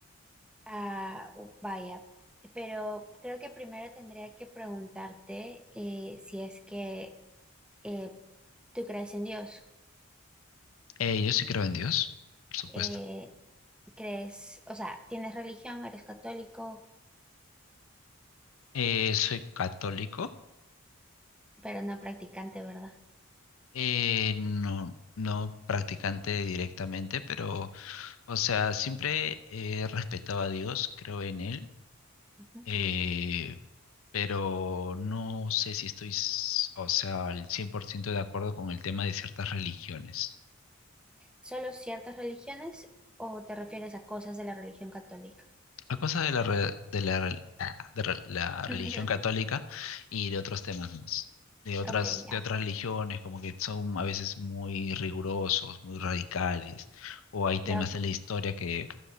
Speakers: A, in the centre; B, on the left.
A: Ah, oh, vaya, pero creo que primero tendría que preguntarte eh, si es que eh, tú crees en Dios.
B: Eh, yo sí creo en Dios, por supuesto.
A: Eh, crees, o sea, tienes religión, eres católico,
B: Eh, soy católico,
A: pero no practicante, ¿verdad?
B: eh, no, no practicante directamente, pero, o sea, siempre he respetado a Dios, creo en Él.
A: Ujú.
B: Eh, pero no sé si estoy, s- o sea, al 100% de acuerdo con el tema de ciertas religiones.
A: ¿Solo ciertas religiones o te refieres a cosas de la religión católica?
B: A cosas de la, re- de la, rel- ah, de re- la religión
A: <laughs>
B: católica y de otros temas más. De otras,
A: Ok, ya,
B: de otras religiones, como que son a veces muy rigurosos, muy radicales, o hay temas
A: ya, ok.
B: en la historia que,